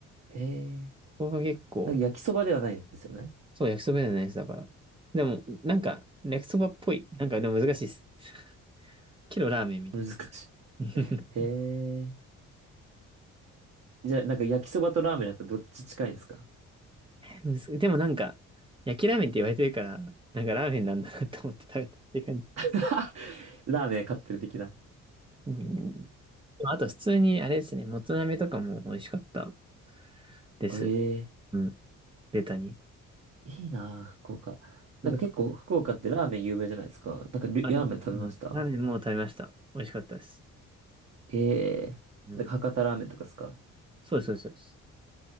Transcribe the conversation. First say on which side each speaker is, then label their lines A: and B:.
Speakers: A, on the right (about 55°); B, on the right (about 15°).
A: へえ、
B: ここが結構、
A: なんか焼きそばではないんですよね。
B: そう、焼きそばじゃないです、だから。でも、なんか、焼きそばっぽい。なんか、でも難しいです。<laughs> けどラーメンみたい
A: 難しい。
B: な。<laughs>
A: へえ、じゃあなんか焼きそばとラーメンだったらどっち近いんですか
B: むずでもなんか、焼きラーメンって言われてるから、なんかラーメンなんだなと思って食べたっていう感じ。
A: <laughs> ラーメン買ってる的な。
B: うん。あと、普通に、あれですね、もつ鍋とかも美味しかったです。
A: ええ
B: うん。ベタに。
A: いいなあ、福岡。
B: なんか、
A: なんか結構福岡ってラーメン有名じゃないですか。なんかりラーメン食べました
B: あ、でも、うん。ラーメンもう食べました。美味しかったです。
A: ええなんか博多ラーメンとかですか
B: うん。そうです、そうです。